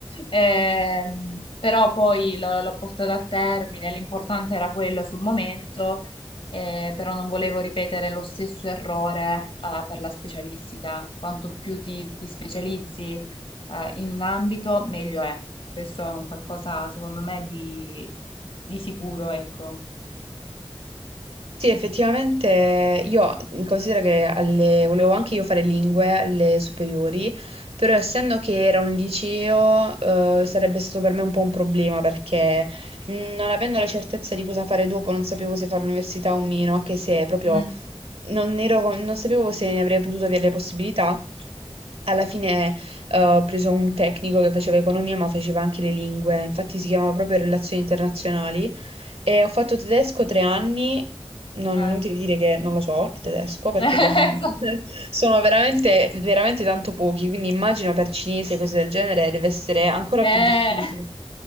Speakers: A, on the left; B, on the right.
A: Ehm, però poi l'ho l'ho portata a termine, l'importante era quello sul momento, eh, però non volevo ripetere lo stesso errore, ah, per la specialistica. Quanto più ti, ti specializzi, eh, in un ambito, meglio è. Questo è un qualcosa, secondo me, di, di sicuro, ecco.
B: Sì, effettivamente io considero che alle, volevo anche io fare lingue alle superiori, però essendo che era un liceo, eh, sarebbe stato per me un po' un problema perché mh, non avendo la certezza di cosa fare dopo, non sapevo se fare università o meno, anche se proprio
A: Mm.
B: non ero- non sapevo se ne avrei potuto avere le possibilità. Alla fine, eh, ho preso un tecnico che faceva economia, ma faceva anche le lingue, infatti si chiamava proprio relazioni internazionali. E ho fatto tedesco tre anni, non
A: Eh.
B: è inutile dire che non lo so il tedesco, perché
A: <laughs> Esatto.
B: tre- <laughs> sono veramente, veramente tanto pochi, quindi immagino per cinese cose del genere deve essere ancora
A: Eh.
B: più difficile.